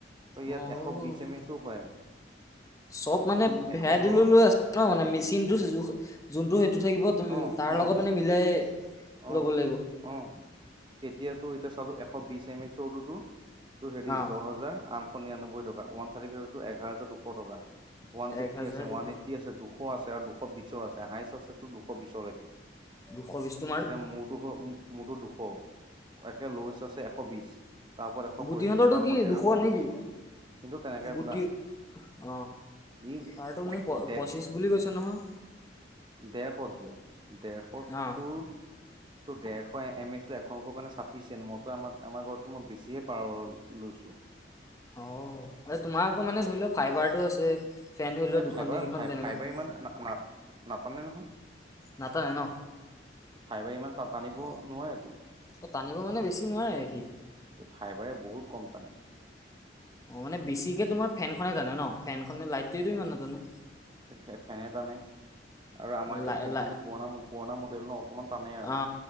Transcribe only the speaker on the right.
ত' ইয়াত
এশ বিছ এম এচো পায়।
এশ
ৰ
অ',
অ',
অ',
অ'। এতিয়াতো এতিয়া চালো এশ বি এম এইচৰ টোতো হেৰি
দহ হাজাৰ আঠশ নিৰান্নব্বৈ টকা। ওৱান থাৰ্টী ফাইভটো এঘাজাৰ দুশ টকা। ওৱান ফিফটি
আছে ওৱান
এইট আছে, দুশ আছে আৰু দুশ বিশৰ আছে হাইষ্ট আছে তুৰ দুশ বিশলৈকে।
এতিয়া মূৰটোস মোৰটো দুশ। একে লৱেষ্ট আছে এশ বিশ, তাৰপৰত এশ
পয়ত্ৰিশ, তাৰপৰত
ডেৰশ।
কিন্তু তেনেকে
বোলা
ইম
দে
ডেৰশত যে ডেৰশত
তোৰ তো ডেৰশ এম এছৰ <unintelligible> কাৰণে পিছে মইতো আমাক আমাৰ ঘৰতকে মই বেছিহে পাৰ লৈছোঁ।
এ
ফাইবাৰ
ফাই
<unintelligible> নাটানে নহয়।
ফাইবাৰ ইমান তা তানিব
নোৱাৰেটো।
ফাইবাৰে বহুত কম টানে।
ফে-ফে-ফেনে টানে। আৰু আমাৰ এতিয়া
ফেন
খিনিটো পুৰণা পুৰণা মডেল ন? অকমান টানেই আৰু।